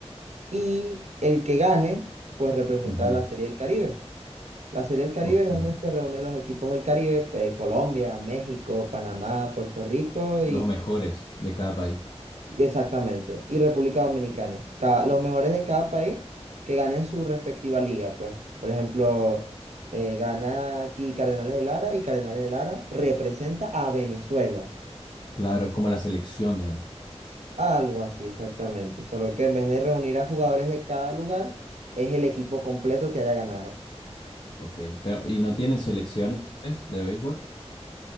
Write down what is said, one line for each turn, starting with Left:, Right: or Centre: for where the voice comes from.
Right: y el que gane, pues representa
Left: ujú,
Right: a la Serie del Caribe. La Serie del Caribe
Left: Ok.
Right: es donde se reúnen los equipos del Caribe, eh, Colombia, México, Panamá, Puerto Rico
Left: Los mejores de cada país.
Right: Exactamente. Y República Dominicana. Cada- los mejores de cada país que ganen su respectiva liga, pues. Por ejemplo, eh, gana aquí Cardenales de Lara y Cardenales de Lara representa a Venezuela.
Left: Claro, es como la selección, digamos.
Right: Algo así, exactamente. Solo que en vez de reunir a jugadores de cada lugar, es el equipo completo que haya ganado.
Left: Ok, pero ¿y no tienen selecciones de béisbol?